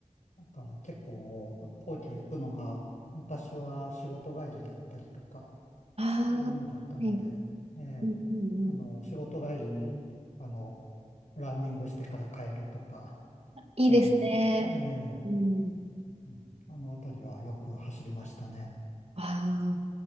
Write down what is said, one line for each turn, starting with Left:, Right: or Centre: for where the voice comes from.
Left: なんか、結構、皇居行くのが、昔は仕事帰りだったりとか、
Right: ああ、
Left: そういうのだったので、
Right: はい。
Left: ええ、
Right: うんうんうん
Left: あの、仕事帰りに、あの、ランニングしてから帰るとか、
Right: いいですね。
Left: ねえ、ね
Right: うん。うん
Left: え、うん、あのあたりはよく走りましたね。
Right: あ